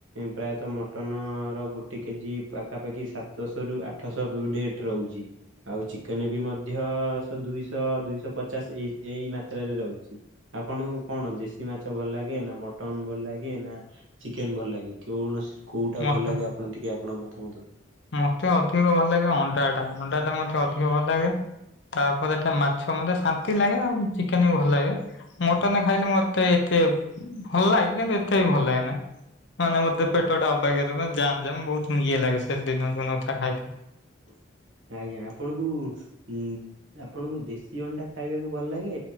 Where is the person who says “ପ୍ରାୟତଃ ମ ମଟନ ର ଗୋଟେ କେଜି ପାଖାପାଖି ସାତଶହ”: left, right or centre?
Right